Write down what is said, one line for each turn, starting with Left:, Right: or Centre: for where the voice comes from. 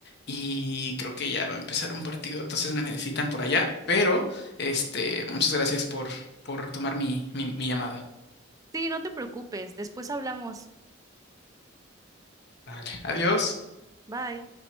Left: y creo que ya va a empezar un partido, entonces me necesitan por allá, pero... Este, muchas gracias por, por tomar mi, mi mi llamada.
Right: Sí, no te preocupes, después hablamos.
Left: Vale, adiós.
Right: Bye.